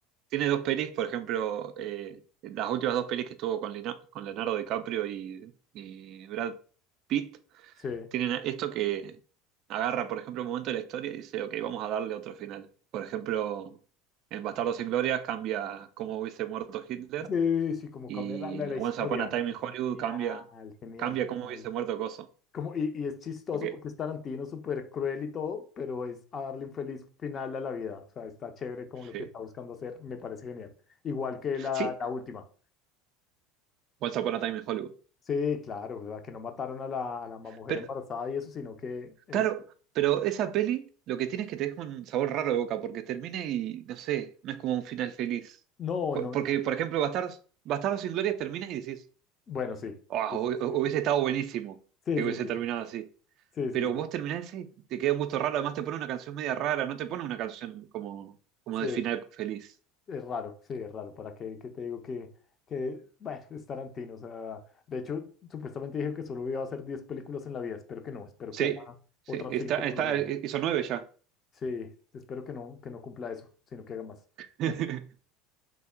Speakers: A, on the right; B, on the left.
A: Tiene dos pelis, por ejemplo, eh, las últimas dos pelis que estuvo con, Lena- con Leonardo DiCaprio y, y Brad Pitt,
B: Sí,
A: tienen esto que agarra, por ejemplo, un momento de la historia y dice, ok, vamos a darle otro final. Por ejemplo, en Bastardos sin Gloria cambia cómo hubiese muerto Hitler
B: sí, sí, como
A: y
B: cambia la, la,
A: en
B: la
A: Once
B: historia.
A: Upon a Time
B: Genial,
A: in Hollywood cambia,
B: genial,
A: cambia
B: genial.
A: cómo hubiese muerto Coso.
B: Como, y, y es chistoso
A: Ok,
B: porque es Tarantino, súper cruel y todo, pero es a darle un feliz final a la vida. O sea, está chévere como lo
A: sí.
B: que está buscando hacer, me parece genial. Igual que la,
A: Sí,
B: la última.
A: Once Upon a Time in Hollywood.
B: Sí, claro, ¿verdad? Que no mataron a la, a la mujer
A: Pero
B: embarazada y eso, sino que él...
A: Claro, pero esa peli lo que tiene es que te deja un sabor raro de boca porque termina y no sé, no es como un final feliz.
B: No,
A: Por-
B: no,
A: porque,
B: no.
A: por ejemplo, Bastardos, Bastardos sin Gloria termina y decís,
B: Bueno, sí.
A: "Ah,
B: Sí,
A: hu-
B: sí,
A: hu-
B: sí.
A: hubiese estado buenísimo
B: Sí,
A: que
B: sí,
A: hubiese
B: sí.
A: terminado así.
B: Sí,
A: Pero
B: sí, sí. Sí,
A: vos
B: sí,
A: terminás ese y te queda un gusto raro, además te pone una canción media rara, no te pone una canción como, como
B: sí.
A: de final feliz.
B: Es raro, sí, es raro. ¿Para qué, qué te digo que, que, bueno, <laughs> es Tarantino? O sea, de hecho, supuestamente dijo que solo iba a hacer 10 películas en la vida. Espero que no, espero
A: Sí,
B: que haga
A: sí,
B: otras
A: está,
B: 5 por
A: está,
B: lo menos.
A: eh, hizo nueve ya.
B: Sí, espero que no, que no cumpla eso, sino que haga más. <laughs>
A: <laughs>